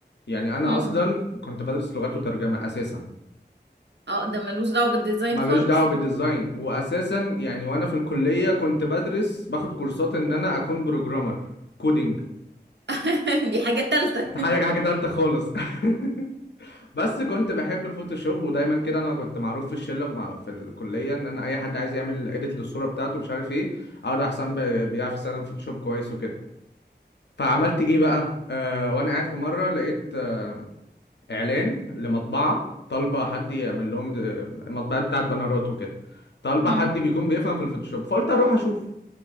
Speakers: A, on the left (about 80°); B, on the right (about 85°).
A: يعني انا
B: مم.
A: اصلا كنت بدرس لغات وترجمة اساسا
B: اه ده ملوش دعوة بالديزاين
A: ملوش
B: خالص
A: دعوة بالديزاين وأساسا يعني وأنا في الكلية كنت بدرس باخد كورسات إن أنا أكون بروجرامر كودينج
B: <laughs> دي حاجة تالتة
A: حاجة حاجة تالتة خالص <laughs> بس كنت بحب الفوتوشوب ودايما كده أنا كنت معروف في الشلة في مع- في الكلية إن أنا أي حد عايز يعمل إيديت للصورة بتاعته مش عارف إيه أقعد أحسن ب- بيعرف يستخدم فوتوشوب كويس وكده فعملت إيه بقى آه وأنا قاعد في مرة لقيت آه، إعلان لمطبعة طالبة حد يعمل لهم د- مطبعة بتاعت بنرات وكده طالبة
B: مم.
A: حد بيكون بيفهم في الفوتوشوب فقلت أروح أشوف